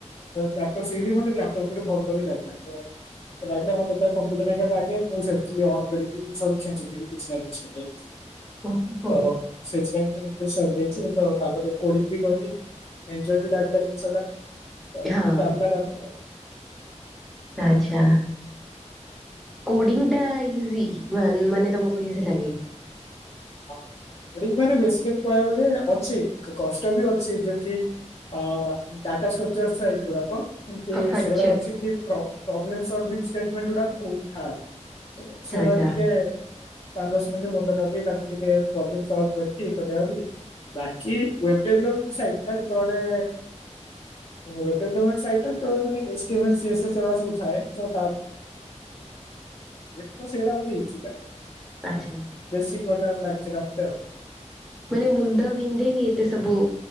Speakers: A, on the left; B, in the centre.
A: ଲାପଟପ୍ ଶିଖେଇଦିଏ ମତେ ଲାପଟପ୍ ରେ ଭଲ ବି ଲାଗିଲା ତ ଲାଗିଲା ମତେ ତ କମ୍ପୁଟର ଲାଗେ ମୁଁ ସେମତି ଅ କରିକି ଖେଚୁଥିବି କିଛି ନା କିଛି ଗୋଟେ।
B: ହଉ ହଉ।
A: ତ ସେଥିପାଇଁ ଗୋଟେ ଇଣ୍ଟଷ୍ଟ ଆସିଯାଇଛି ତ ତାପରେ କୋଡି ବି କରିନି। ଏଞ୍ଜୋଅୟ୍ ବି ଲାଗିଲା ଜିନିଷ ଟା
B: ହଁ
A: ଚାଲିଲା ତାପରେ ଆଉ।
B: ଆଚଛା। କୋଡ଼ିଙ୍ଗ ଟା ଇଜି ମାନେ ତମକୁ ଇଜି ଲାଗେ।
A: କୋଡିଙ୍ଗ ମାନେ ବେସିକାଲି କହିବାକୁ ଗଲେ ଅଛି କଷ୍ଟ ବି ଅଛି ଯେମତି ଅ ଡାଟା ଷ୍ଟ୍ରକ୍ଚର୍ ଏଇଟ ଗୁଡାକ। ଏମତି
B: ଆଚ୍ଛା ଆଚ୍ଛା
A: ସେଗୁଡା ଅଛି କି ପ୍ରବ୍ଲେମ୍ ସଲଭିଂ ଷ୍ଟେଟମେଣ୍ଟ ଗୁଡାକ ବହୁତ ଖାନ୍ ସେଇଭଳିଆ
B: ଆଚ୍ଛା
A: ଟିକେ
B: ଆଚ୍ଛା।
A: ପାଞ୍ଚ ଦସ୍ ମିନିଟ ମୁଣ୍ଡ ଲଗେଇ ତା କୁ ଟିକେ ପ୍ରବ୍ଲେଭ ସଲଭ କରିକି <unintelligible> ବାକି ୱେବ୍ ଡେଭଲପିଂ ସାଇଟ ଟା ଯେତେବେଳେ ହବ ଡଲପମେଟ ସାଇଟଏ ସବୁ ଏ <unintelligible> <unintelligible> ତ ସେଇଟା ଇଜି ଲାଗେ।
B: ଆଚ୍ଛା।
A: ବେଶିକ <unintelligible> ଆଉ।
B: ମାନେ ମୁଣ୍ଡ ବିନ୍ଧେନି ଏତେ ସବୁ